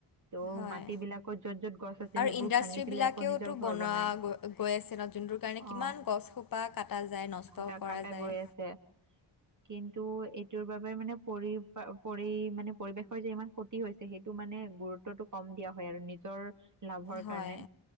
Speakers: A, on the right (about 35°); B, on the left (about 45°).
A: ত'
B: হয়,
A: মাটি বিলাকত য'ত য'ত গছ আছে
B: আৰু
A: সেইবোৰ
B: ইণ্ডাষ্ট্ৰি
A: ভাঙি পেলাই
B: বিলাকেওতো
A: আকৌ নিজৰ ঘৰ
B: বনোৱা
A: বনাই
B: হৈ আছে ন, যোনটোৰ কাৰণে,
A: অ
B: কিমান গছ সোপা কটা যায়, নষ্ট
A: কটা
B: কৰা
A: কটা
B: যায়।
A: গৈ আছে কিন্তু, এইটোৰ বাবে, মানে পৰি, পৰি মানে পৰিৱেশৰ যে ইমান ক্ষতি হৈছে, সেইটো মানে গুৰুত্বটো কম দিয়া হয়, আৰু নিজৰ লাভৰ
B: হয়
A: কাৰণে।